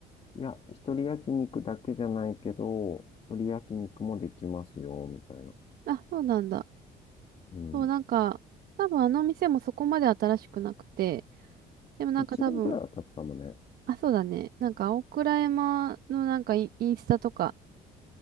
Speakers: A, on the left; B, on the right.
A: や、一人焼肉だけじゃないけど、一人焼肉もできますよ、みたいな。
B: あ、そうなんだ。
A: うん。
B: そう、なんか、多分あの店もそこまで新しくなくて、でもなんか多分、
A: 一年くらいは経つかもね。
B: あ、そうだね。なんか、青倉山のなんかインインスタとか、